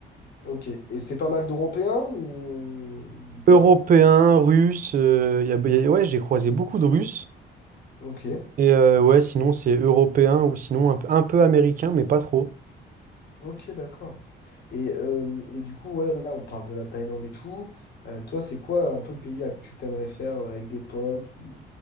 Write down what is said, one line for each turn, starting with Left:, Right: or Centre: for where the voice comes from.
Left: Ok. Et c'est pas mal d'Européens ou ou pas?
Right: Européens, Russes, euh, y a- y a- ouais, j'ai croisé beaucoup de Russes.
Left: Ok.
Right: Et euh, ouais, sinon, c'est européen ou sinon un peu, un peu américain, mais pas trop.
Left: Ok, d'accord. Et, euh, et du coup, ouais, là, on parle de la Thaïlande et tout. Euh, toi, c'est quoi un peu le pays là que tu t'aimerais faire euh, avec des potes ou